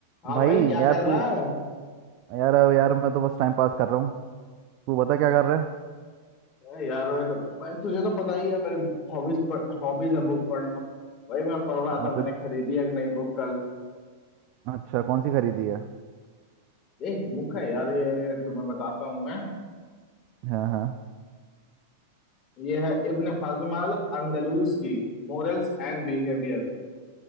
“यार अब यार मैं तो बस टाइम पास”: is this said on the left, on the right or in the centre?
Right